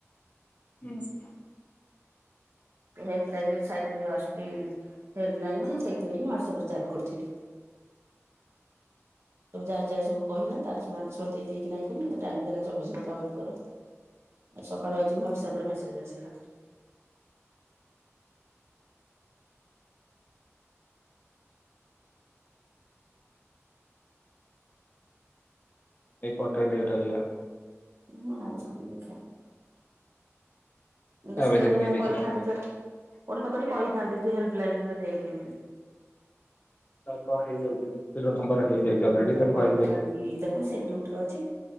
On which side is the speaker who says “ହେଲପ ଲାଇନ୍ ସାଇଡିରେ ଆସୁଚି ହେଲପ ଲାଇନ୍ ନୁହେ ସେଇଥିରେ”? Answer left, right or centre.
Right